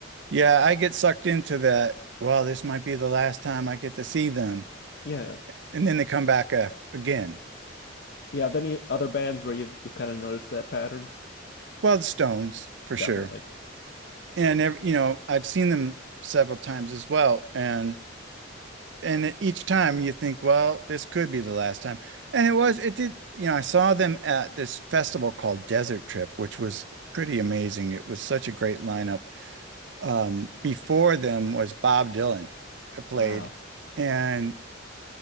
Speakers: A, on the right (about 70°); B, on the left (about 55°).
A: Yeah, I get sucked into that. Well, this might be the last time I get to see them,
B: yeah
A: and then they come back uh, again.
B: yeah are there any other bands where you've you've kind of noticed that pattern
A: Well, the Stones for
B: definitely
A: sure. And ev- you know, I've seen them several times as well and and each time you think, well, this could be the last time. And it was it did, you know, I saw them at this festival called Desert Trip, which was pretty amazing. It was such a great lineup. Um, before them was Bob Dylan uh, played
B: wow
A: and